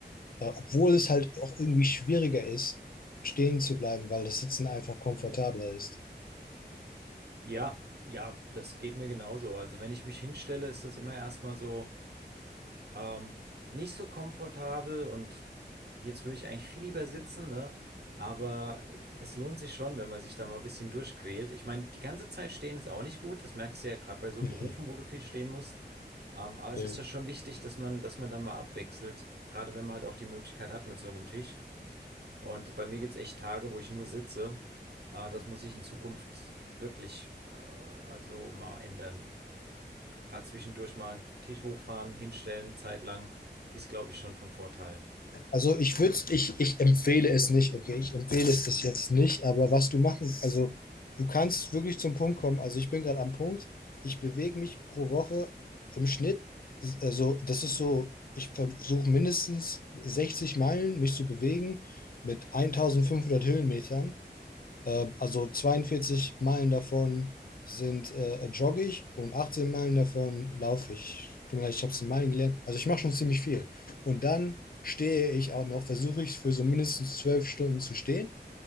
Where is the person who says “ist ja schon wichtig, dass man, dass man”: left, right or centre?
Right